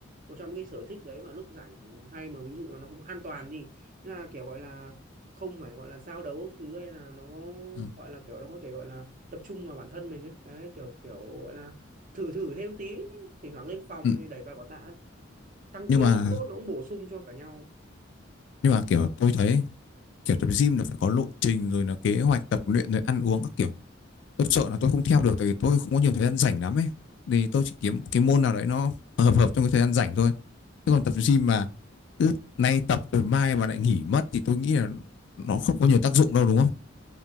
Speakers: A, on the right; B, on the left.
A: một trong những cái sở thích đấy mà lúc rảnh hay mà ví dụ là nó cũng an toàn đi Thế là kiểu gọi là không phải gọi là giao đấu các thứ hay là nó
B: ừ.
A: gọi là kiểu nó có thể gọi là tập trung vào bản thân mình ấy đấy kiểu kiểu gọi là thử thử thêm tí thỉnh thoảng lên phòng
B: Ừ,
A: đẩy vài quả tạ tăng
B: nhưng
A: cơ
B: mà
A: cũng tốt nó cũng bổ sung cho cả nhau
B: nhưng mà kiểu tôi thấy kiểu tập gym là phải có lộ trình rồi là kế hoạch tập luyện rồi ăn uống các kiểu tôi sợ là tôi không theo được tại vì tôi không có nhiều thời gian rảnh lắm ấy thì tôi chỉ kiếm cái môn nào đấy nó hợp hợp trong cái thời gian rảnh thôi chứ còn tập gym mà cứ nay tập rồi mai mà lại nghỉ mất thì tôi nghĩ là nó không có nhiều tác dụng đâu đúng không